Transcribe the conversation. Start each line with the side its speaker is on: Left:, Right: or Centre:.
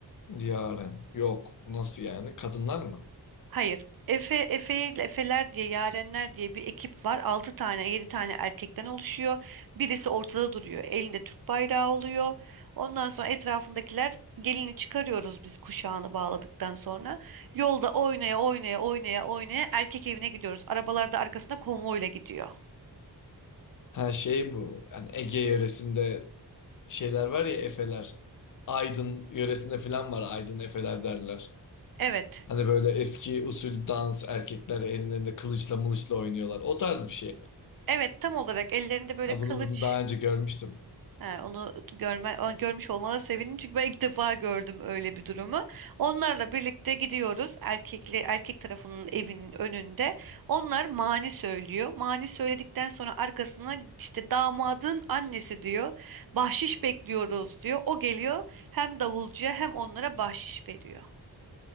Left: Yaren. Yok. Nasıl yani? Kadınlar mı?
Right: Hayır. Efe, Efe, Efeler diye, Yarenler diye bir ekip var. 6 tane, 7 tane erkekten oluşuyor. Birisi ortada duruyor. Elinde Türk bayrağı oluyor. Ondan sonra etrafındakiler gelini çıkarıyoruz biz kuşağını bağladıktan sonra. Yolda oynaya oynaya oynaya oynaya erkek evine gidiyoruz. Arabalar da arkasında konvoyla gidiyor.
Left: Ha şey bu. Yani Ege yöresinde şeyler var ya Efeler. Aydın yöresinde falan var. Aydın Efeler derler.
Right: Evet.
Left: Hani böyle eski usul dans erkekler ellerinde kılıçla mılıçla oynuyorlar. O tarz bir şey mi?
Right: Evet tam olarak ellerinde böyle
Left: Ha
Right: kılıç
Left: bunu bunu daha önce görmüştüm.
Right: He, onu görme, o- görmüş olmana sevindim çünkü ben ilk defa gördüm öyle bir durumu. Onlarla birlikte gidiyoruz erkekli erkek tarafının evinin önünde. Onlar mani söylüyor. Mani söyledikten sonra arkasına işte damadın annesi diyor. Bahşiş bekliyoruz diyor. O geliyor hem davulcuya hem onlara bahşiş veriyor.